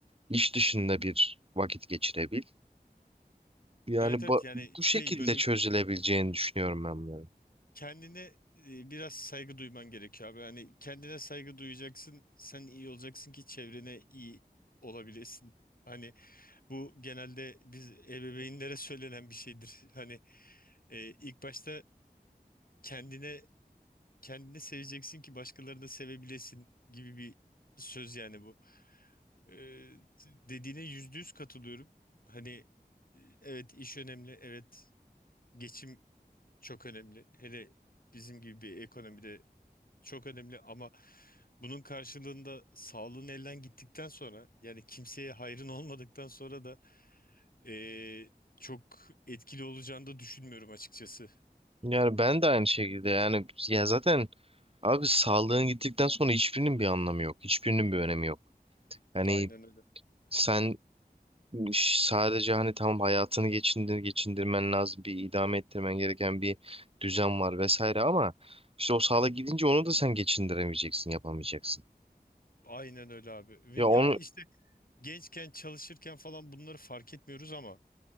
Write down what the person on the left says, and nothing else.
Evet evet
yani
şey
böyle
kendine e, biraz saygı duyman gerekiyor abi. Hani kendine saygı duyacaksın. Sen iyi olacaksın ki çevrene iyi olabilesin. Hani bu genelde biz ebeveynlere söylenen bir şeydir. Hani e, ilk başta kendine kendini seveceksin ki başkalarını da sevebilesin gibi bir söz yani bu. Ee, dediğine yüzde yüz katılıyorum. Hani e, evet iş önemli, evet geçim çok önemli. Hele bizim gibi bir ekonomide çok önemli ama bunun karşılığında sağlığın elden gittikten sonra yani kimseye hayrın olmadıktan sonra da e, çok etkili olacağını da düşünmüyorum açıkçası.
Aynen öyle.
Aynen öyle abi. Ve
ya
işte gençken çalışırken falan bunları fark etmiyoruz ama